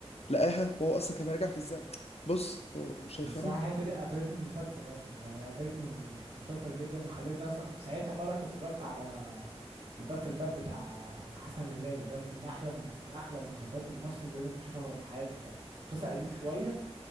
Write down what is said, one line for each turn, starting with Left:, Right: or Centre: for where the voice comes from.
Left: لقاها وهو اصلا كان راجع في الزمن بص هو مش هيفهمها
Right: الصراحه الحته دي قفلتني من المسلسل اصلا يعني قفلتني من المسلسل جدا وخلتني اصلا ساعتها بقى رحت اتفرجت على الباب في الباب بتاع حسن الهلالي ده من احلى من احلى المسلسلات المصري اللي ممكن تشوفها في حياتك يعني مسلسل قديم شويه